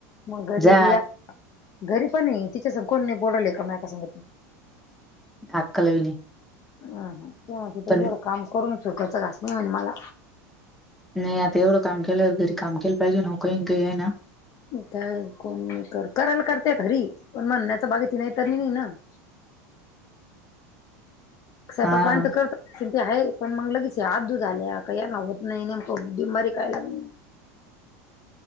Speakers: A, on the left; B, in the centre.
A: मग घरी
B: जा
A: बी घरी पणी तिच्या स कोण बोडवल का म का सांगित
B: अकलवी नाही
A: अ ह तेव्हा तिथं
B: पण
A: एवढं काम करून सुकााचं घास नाही म्हणे मला
B: नाही आता एवढं काम केलंवर घरी काम केलं पाहिजे न का काही आहे ना
A: काय कोणी कर,, करायला करते खरी, पण म्हणण्याच बागती नाही त नाही ना. <inaudible> स्वयपाकवाणी
B: हा
A: तर करतच असलऽ ते आहे, पण मग लगेच आदू झाल्या, काही या ना होत नाही मक बिमबारी काय लागलीऽ
B: <inaudible>